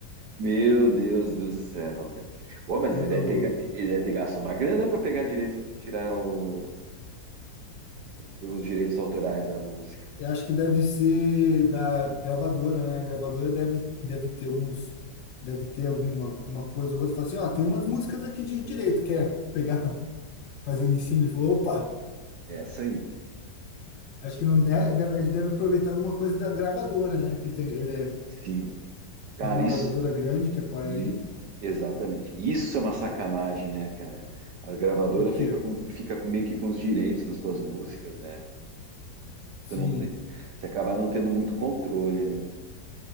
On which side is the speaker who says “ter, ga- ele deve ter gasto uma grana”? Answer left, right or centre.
Right